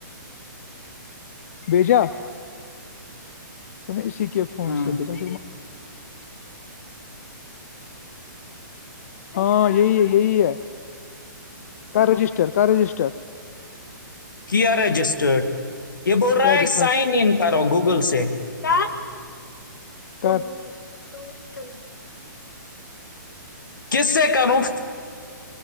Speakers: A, on the left (about 45°); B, on the left (about 75°).
A: بیجا اسی کے فون
B: ہاں
A: سےا ہاں یہی ہے یہ ہے رجسٹر رجسٹر
B: کیا رجسٹرڈ یہ ب رائے
A: کیا دکھا
B: سائن ان کر گ گ گول سے کا کون
A: کر
B: ھ نہیں <unintelligible> کس سے کروں